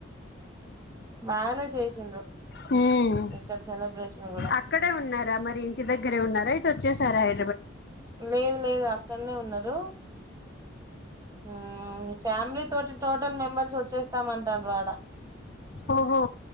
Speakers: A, on the right (about 15°); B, on the left (about 50°).
A: బాగానే చేసిండ్రు
B: హుహ్ హా
A: ఇక్కడ సెలబ్రేషన్ కూడా
B: అక్కడే ఉన్నారా మరి ఇన్ గి దగ్గర ఉన్నారా ఇట్ వచ్చేసారా హె
A: లేదు లేదు అక్కడనే ఉన్నరు. ఉహ్ ఫ్యామిలీ తోటి టోటల్ మెంబర్స్ వచ్చేస్తామంటర్ అడా
B: ఓహో